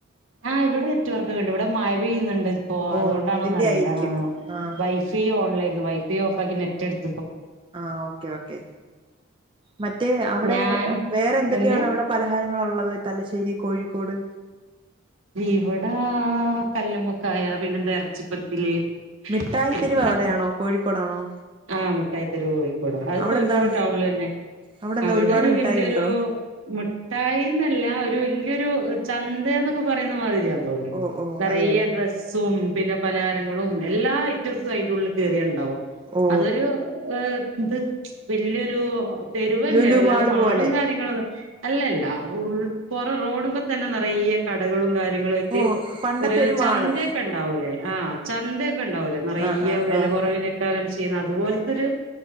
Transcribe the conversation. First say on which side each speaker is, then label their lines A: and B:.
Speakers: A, on the right; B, on the right.
A: ആ ഇവിടെ നെറ്റ് വർക്ക് ഒക്കെ ഉണ്ട് ഇവിടെ മായപെയ്യുന്നുണ്ട്. അപ്പോ
B: ഓ
A: അതൊണ്ടാണോന്ന്
B: അതിന്റെ
A: അറിയില്ല
B: ആയിരിക്കും ആഹ്
A: വൈഫൈ ഓൺലൈ വൈഫൈ ഓഫാക്കി നെറ്റ് എടു
B: ആ ഓക്കെ ഓക്കെ മറ്റേ അവിടെ
A: ഞാന്
B: വേറെ എന്തൊക്കെയാണ്
A: എന്ത്
B: അവിടെ പലഹാരങ്ങള ഉള്ളത് തലശ്ശേരി കോഴിക്കോട്
A: ഇവിടെ കല്ലുമൊക്കായ പിന്നെന്ത ഇറച്ചിപ്പത്തില്
B: മിഠായി
A: പിന്നെന്താ
B: തെരുവ് അവിടെയാണോ കോഴിക്കോടാണോ
A: ആ മുട്ടായിത്തെരുവ് കോഴിക്കോട് അത്
B: അവിടെന്താ
A: കോഴിക്കോട് ടൗണില് തന്നെ
B: അവിടെന്താ
A: അവിടെ
B: ഒരുപാട്
A: ഒരു
B: മിഠായി
A: വല്യൊരു
B: ഉണ്ടോ
A: മുഠായിന്നല്ല ഒരു വല്യൊരു ഒരു ചന്തയാണ് പറയുന്ന മാതിരിയാണ്
B: ഓ ഓ
A: നിറയെ
B: അതെയോ
A: ഡ്രസ്സും പിന്നെ പലഹാരങ്ങളും എല്ലാ ഐറ്റംസും അതിന്റെറെ ഉള്ളിൽ കേറിയാലുണ്ടാവും.
B: ഓ
A: അതൊരു ഏ ഇത് വല്യൊരു തെരുവു തന്നെ
B: ലുലു
A: അല്ലാതെ
B: മാള്
A: മാളും
B: പോലെ
A: കാര്യങ്ങളും അല്ലല്ല ഉ പൊറ റോഡുമ്പോ തന്നെ നിറയെ കടകളും കാര്യ <unintelligible>
B: ഓ പണ്ടത്തെ
A: ഒരു ചന്തയൊക്കെ
B: മാള്
A: ഉണ്ടാവുല്ലെ ആ ചന്ത ഉണ്ടാവില്ലെ നിറയെ
B: ആഹ് ആഹ്
A: വില
B: ആഹ്
A: കുറവിനൊക്കെ ചെയ്യുന്ന അതുപോലത്തെ ഒരു